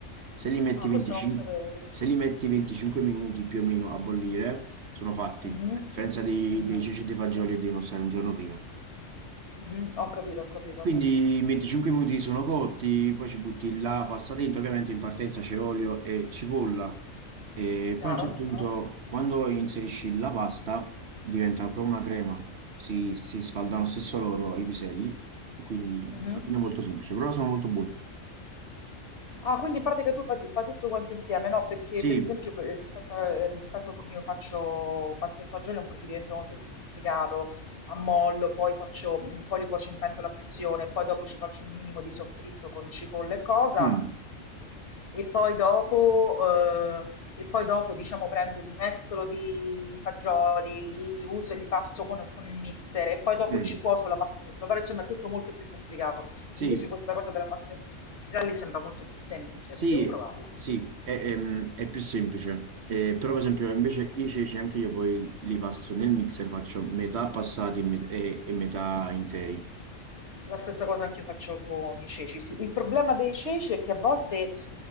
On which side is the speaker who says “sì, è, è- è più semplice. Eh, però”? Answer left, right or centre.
Right